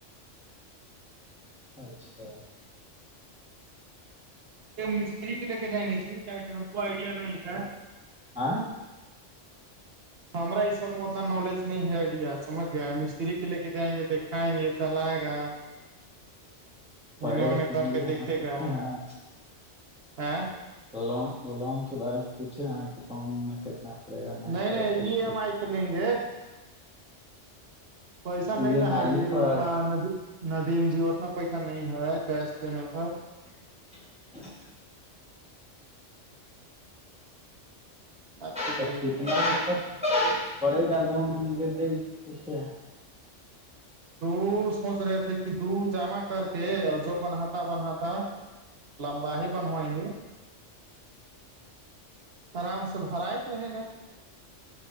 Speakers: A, in the centre; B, on the right.
A: اچھا
B: مستری پہ لے کے جائیں گے جی گ کوئی آئیڈیا نہیں ہے
A: آاں
B: ہمارا اس سب میں اتنا نالج نہیں ہے آئیڈیا سمجھ گیا مستری کے لے کے جائیں گے دیکھ کائیں گے چلاائے گا
A: پہلے
B: انہیں انہیں
A: جا کے
B: کر
A: ملے ہیں دیکھے
B: گا
A: ہیں
B: ا
A: ل لون کے بارے میں پوچھے ہیں لون میں کتنا پڑے گا
B: نہیں
A: کہ
B: نہیں
A: پروسیس
B: ای ایم آئی پ لیں گے پیسا
A: ای
B: نہیں
A: ایم
B: نہ ہے
A: آئی
B: ابھی
A: پر
B: اتنا ندی ندیم جی اتنا پیسہ نہیں ہے گیس لینے پر
A: <inaudible>
B: آپ کیجیے
A: تو
B: گا
A: کتناطب پڑے گا لون د ہی سبچ سے
B: تو سوچ رہے تھے کہ د جامع کر کے اور جو بناتا بناتا لمبا ہے بنوا یہ آرام سے بریت رہے گا